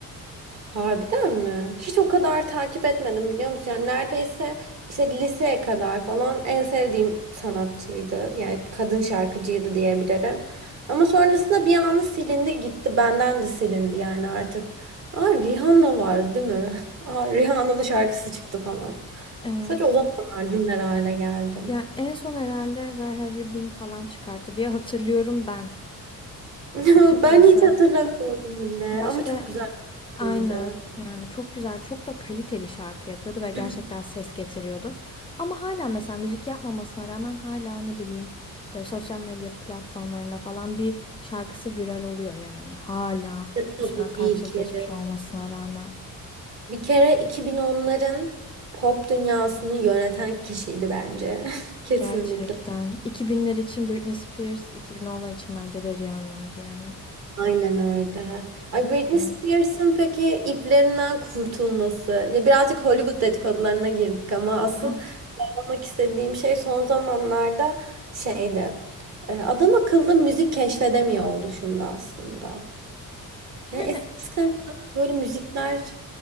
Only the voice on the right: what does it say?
Harbiden mi? Hiç o kadar takip etmedim biliyor musun? Yani neredeyse işte liseye kadar falan en sevdiğim sanatçıydı. Yani kadın şarkıcıydı diyebilirim. Ama sonrasında bir anda silindi gitti. Benden de silindi yani artık. Aa Rihanna vardı değil mi? <laughs> Aa Rihanna'nın şarkısı çıktı falan.
Sadece o zamanlar dinler hale geldim.
<laughs>
Ben hiç hatırlamıyorum bile
ama çok güzel bir
şarkıydı.
<clears throat>
Ya tabii
ki.
Bir kere 2010'ların pop dünyasını yöneten kişiydi bence. <laughs> Kesinlikle.
Aynen öyle. Ay
Britney Spears'ın peki iplerinden kurtulması. Ya birazcık Hollywood dedikodularına girdik ama asıl
anlamak istediğim şey son zamanlarda şeydi. E, Adam akıllı müzik keşfedemiyor oluşumda aslında.
Ya eskiden sanki böyle müzikler